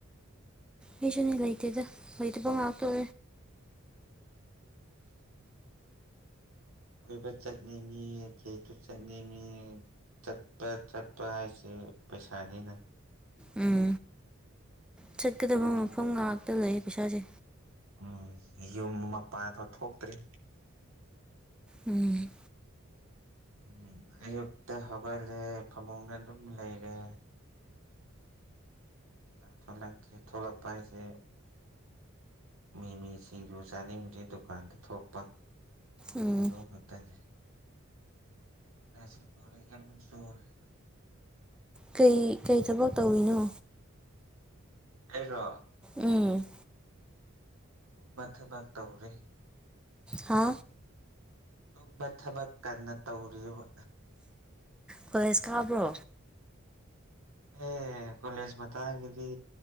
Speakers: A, in the centre; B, on the right.
A: ꯃꯤꯁꯨꯅ ꯂꯩꯇꯗ ꯂꯣꯏꯗꯕꯥ ꯇꯧ
B: ꯎꯝ ꯀꯣꯏꯕ ꯆꯠꯅꯤꯡꯉꯦ ꯀꯣꯏꯕ ꯆꯠꯅꯤꯡꯉꯦ ꯆꯠꯄ ꯆꯠꯄ ꯍꯥꯏꯁꯦ ꯄꯩꯁꯥꯅꯤꯅ
A: ꯎꯝ ꯆꯠꯀꯗꯕ
B: ꯌꯨꯝꯒꯤ
A: ꯃꯐꯝ ꯉꯥꯛꯇ ꯂꯩ ꯄꯩꯁꯥꯁꯦ
B: ꯎꯝ ꯌꯨꯝ ꯃꯄꯥꯟꯕ ꯊꯣꯛꯇ꯭ꯔꯤ
A: ꯎꯝ
B: ꯎꯝ ꯑꯌꯨꯛꯇ ꯍꯧꯒꯠꯂꯦ ꯐꯃꯨꯡꯗ ꯑꯗꯨꯝ ꯂꯩꯔꯦ ꯊ ꯊꯂꯛꯄꯥꯏꯁꯦ ꯃꯤ ꯃꯤꯁꯤꯡꯗꯨ ꯆꯥꯅꯤꯡꯕꯁꯦ ꯗꯨꯀꯥꯟꯗ ꯊꯣꯛꯄ
A: ꯎꯝ
B: ꯑꯗꯨ ꯈꯇꯅꯦ ꯃꯁ ꯄꯦ ꯌꯥꯝꯃ ꯆꯣꯔ
A: ꯀꯩ ꯀꯩ ꯊꯕꯛ ꯇꯧꯔꯤꯅꯣ
B: ꯑꯩꯔꯣ
A: ꯎꯝ
B: ꯃꯊ ꯃ ꯇꯧꯔꯦ
A: ꯍꯥ
B: ꯇꯨꯝꯕ ꯊꯕꯛ ꯀꯟꯅ ꯇꯧꯔꯤꯕ
A: ꯀꯣꯂꯦꯖ ꯀꯥꯕ꯭ꯔꯣ
B: ꯑꯣꯝ ꯑꯦ ꯀꯣꯂꯦꯖ ꯃꯇꯥꯡꯒꯤꯗꯤ